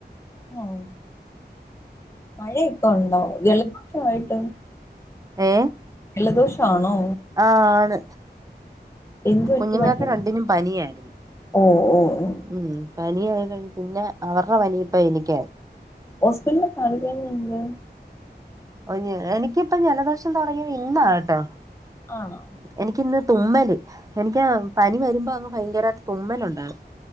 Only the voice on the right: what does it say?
ഏ
ആ ആണ്
കുഞ്ഞുങ്ങൾക്ക്
രണ്ടിനും പനിയായിരുന്നു
ഉം പനിയായി കഴി പിന്നെ അവർടെ പനി ഇപ്പ എനിക്കായി
ഒന് എനിക്കിപ്പം ജലദോഷം തുടങ്ങിയത് ഇന്നാ ട്ടോ
എനിക്കിന്ന് തുമ്മല് എനിക്ക് പനി വരുമ്പോ അങ്ങ് ഭയങ്കര തുമ്മല് ഉണ്ടാവും